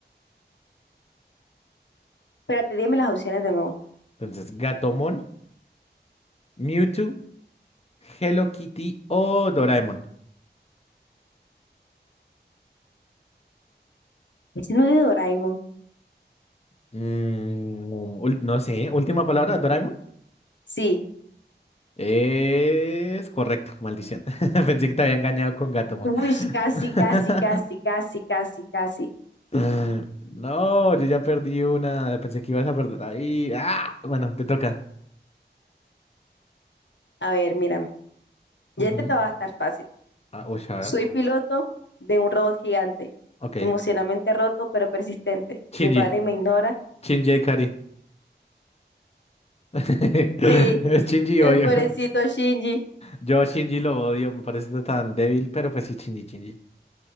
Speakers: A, on the left; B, on the left.
A: Espérate, dime las opciones de nuevo.
B: Entonces, Gatomon, Mewtwo, Hello Kitty o Doraemon.
A: Ese no es de Doraemon.
B: Mm, ul- no sé, última palabra, Doraemon.
A: Sí.
B: Es correcto, maldición. <laughs> Pensé que te había engañado con Gatomon.
A: Uy, casi, casi,
B: <laughs>
A: casi, casi, casi, casi.
B: <laughs> No, yo ya perdí una. Pensé que ibas a perder ahí. ¡Ah! Bueno, te toca.
A: A ver, mírame. Ya
B: Ujú.
A: este te va a estar fácil.
B: Ah, uy, a ver.
A: Soy piloto de un robot gigante,
B: Ok.
A: emocionalmente roto pero persistente.
B: Shinji.
A: Mi padre me ignora.
B: Shinji Ikari. <laughs>
A: Sí,
B: Es Shinji
A: el
B: odio.
A: pobrecito Shinji.
B: Yo a Shinji lo odio. Me parece tan débil, pero pues sí, Shinji, Shinji.